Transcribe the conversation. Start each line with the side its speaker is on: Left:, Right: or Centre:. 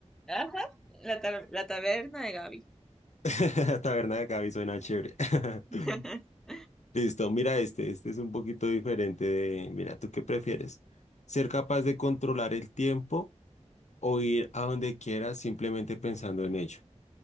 Centre: Ajá, la, ta- la taberna de Gaby.
Left: <laughs> Taberna de Cavi suena chévere. <laughs>
Centre: <laughs>
Left: Listo, mira este, este es un poquito diferente de, mira, ¿tú qué prefieres? ¿Ser capaz de controlar el tiempo o ir a donde quieras simplemente pensando en ello?